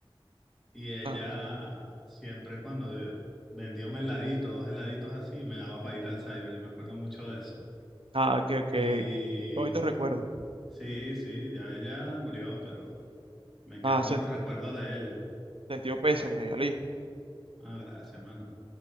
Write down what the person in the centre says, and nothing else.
Y ella
siempre cuando vendía un heladito, dos heladitos así, me daba para ir al cyber. Yo me acuerdo mucho de eso.
Y
sí, sí, ya ella murió, pero me quedan
buenos recuerdos de ella.
Ah, gracias, mano.